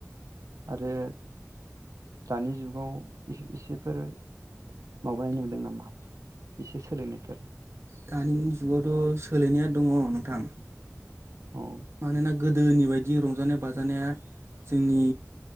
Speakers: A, on the right (about 80°); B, on the right (about 55°).
A: आरो दानि जुगाव इसेफोर माबानाय नुदों नामा एसे सोलायनायफोर?
B: दानि जुगावथ' सोलायनाया दङ नोंथां
A: औ
B: मानोना गोदोनि बायदि रंजानाय बाजानाया जोंनि